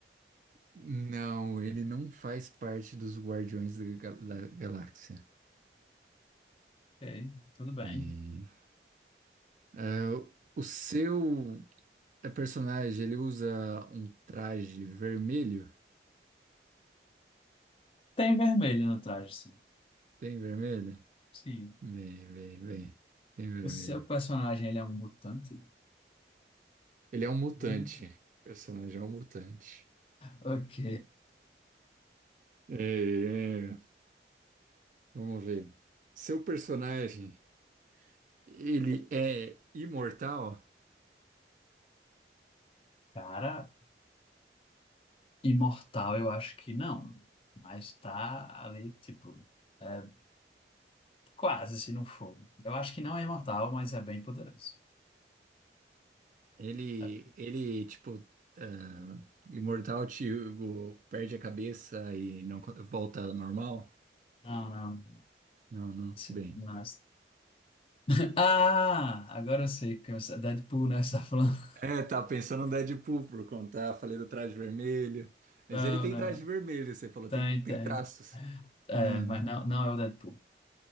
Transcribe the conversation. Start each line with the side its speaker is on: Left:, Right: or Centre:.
Right: Não, ele não faz parte dos Guardiões da, Ga- da Galáxia.
Left: Ok, tudo bem.
Right: Bem, é, o seu é personagem, ele usa um traje vermelho?
Left: Tem vermelho no traje, sim.
Right: Tem vermelho?
Left: Sim.
Right: Bem, bem, bem. Tem vermelho.
Left: O seu personagem ele é um mutante?
Right: Ele é um mutante.
Left: <laughs>
Right: O personagem é um mutante.
Left: Ok.
Right: É, é. Vamos ver. Seu personagem, ele é imortal?
Left: Cara, imortal eu acho que não. Mas tá ali, tipo, é, quase se não for. Eu acho que não é imortal, mas é bem poderoso.
Right: Ele,
Left: É.
Right: ele tipo, ah, imortal, tipo, perde a cabeça e não co- volta ao normal?
Left: Não, não.
Right: Não, não.
Left: Esse-
Right: Bem.
Left: não. é <laughs> Ah, agora eu sei que é Deadpool, né? Você tá falando. <laughs>
Right: É, tá pensando no Deadpool por conta, falei do traje vermelho. Mas
Left: Não,
Right: ele tem
Left: não.
Right: traje vermelho, você falou,
Left: Tem,
Right: tem, tem
Left: tem.
Right: traços.
Left: É,
Right: Uhum.
Left: mas não, não é o Deadpool.